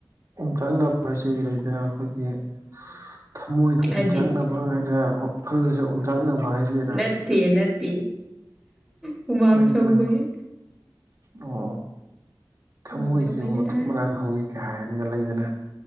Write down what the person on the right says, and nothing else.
ꯑꯣꯝꯆꯥꯛꯅꯕ ꯍꯥꯏꯁꯦ ꯂꯩꯗꯅ ꯑꯈꯣꯏꯒꯤ ꯊꯃꯣꯏꯗꯣ ꯑꯣꯝꯆꯥꯛꯅꯕ
ꯍꯥꯏꯗ꯭ꯔꯥ ꯋꯥꯈꯜꯁꯦ ꯑꯣꯝꯆꯥꯛꯅꯕ ꯍꯥꯏꯗꯣꯏꯔꯥ
ꯂꯩꯗꯅ
ꯑꯣ ꯊꯃꯣꯏꯁꯦ
ꯃꯊꯨꯞ ꯃꯔꯥꯡ ꯍꯧꯋꯤ ꯀꯥꯏꯅ ꯂꯩꯗꯅ